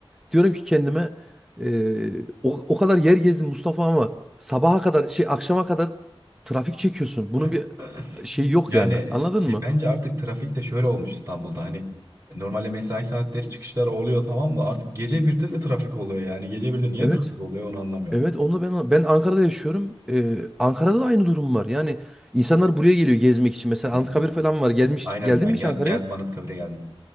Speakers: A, in the centre; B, on the right.
A: diyorum ki kendime e, o, o kadar yer gezdim Mustafa ama sabaha kadar şey akşama kadar trafik çekiyorsun. Bunun bir
B: <clears throat>
A: şey yok
B: Yani
A: yani. Anladın
B: şey,
A: mı?
B: bence artık trafik de şöyle olmuş İstanbul'da hani normalde mesai saatleri çıkışlar oluyor tamam da artık gece birde de trafik oluyor yani gece birde niye
A: Evet.
B: trafik oluyor onu anlamıyorum.
A: Evet onu da ben ben Ankara'da yaşıyorum. Ee, Ankara'da da aynı durum var. Yani insanlar buraya geliyor gezmek için. Mesela
B: Hmm.
A: Anıtkabir falan var. Gelmiş
B: Aynen
A: geldin
B: ben
A: mi hiç
B: gel
A: Ankara'ya?
B: geldim Anıtkabir'e geldim.